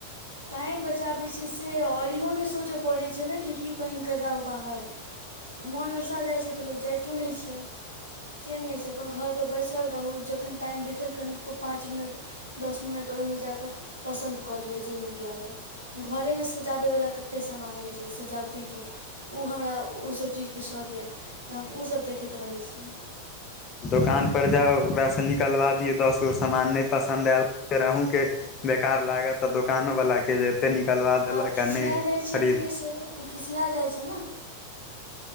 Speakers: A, on the right; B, on the left.
A: टाइम बचाबै छयै से आओर इहो नहि सोचय पड़ैत छै ने कि की पहिन कऽ जाउ बाहर। मोन अलसा जाइ छै तऽ लोक जाइतो नै छै। से नै होइ छै अपन घरपर बैसल रहू जखन टाइम भेटल कनिको पाँच मिनट दस मिनट ओहिमे जा कऽ पसन्द कऽ लिय जे नि नीक लागल घरेमे सजाबैवला कतेक सामान होइत छै सजावटी चीज ओ हमरा ओसभ चीजके शौक यए तऽ हम ओसभ देखैत रहै छी।
B: दोकान पर जाउ ओकरासँ निकलबा दियौ दस गो सामान नहि पसन्द आयल फेर आहू के बेकार लागत अऽ दोकानो वालला के जे एते निकलवा देलक
A: आ ओ खिसिया
B: नहि
A: जाइ छै
B: खरीद
A: अलगेसँ ओ खिसिया जाइत छै ने।